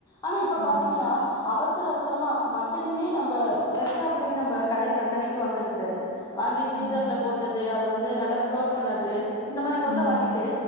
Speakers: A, on the left; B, on the right.
A: ஆனா இப்ப
B: ம்
A: பாத்தீங்கன்னா அவசர அவசரமா மட்டனுமே நம்ப ஃரெஷ்ஷா போய் நம்ம கடையில அன்னனைக்கு வாங்கறது கெடையாது வாங்கி பிரீசர்ல
B: ம்
A: போட்டது அத வந்து இது நல்ல ஃபுரோஸ் பண்ணது இந்த மாரி
B: ம்
A: பொருள வாங்கிட்டு